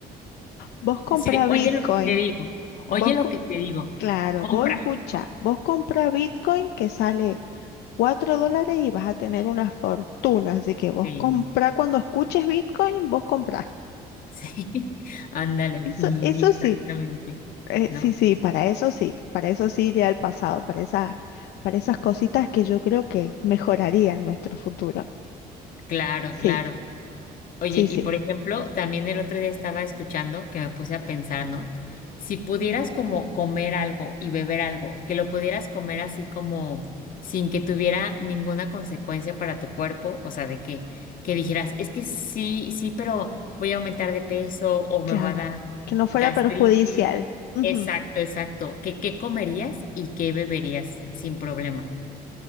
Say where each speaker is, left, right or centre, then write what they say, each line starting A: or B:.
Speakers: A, on the left; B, on the left.
A: vos comprá
B: Así de,
A: Bitcoin.
B: oye lo que te digo, oye
A: Vos
B: lo que te digo,
A: Claro,
B: compra,
A: vos escucha,
B: ¿no?
A: vos compras Bitcoin que sale 4 dólares y vas a tener una fortuna. Así que vos
B: Sí.
A: comprá cuando escuches Bitcoin, vos comprás.
B: Sí, <laughs> ándale,
A: Eso,
B: sí,
A: eso sí,
B: exactamente.
A: eh,
B: No,
A: sí, sí, para eso sí, para eso sí iría al pasado, para esas, para esas cositas que yo creo que mejorarían nuestro futuro.
B: claro,
A: Sí,
B: claro. Oye,
A: sí, sí,
B: y por ejemplo, también el otro día estaba escuchando que me puse a pensar, ¿no? Si pudieras como comer algo y beber algo, que lo pudieras comer así como sin que tuviera ninguna consecuencia para tu cuerpo, o sea, de que, que dijeras, es que sí, sí, pero voy a aumentar de peso o me
A: claro.
B: va a dar
A: Que no fuera
B: gastritis.
A: perjudicial. Ujú.
B: Exacto, exacto. ¿Qué, qué comerías y qué beberías sin problema?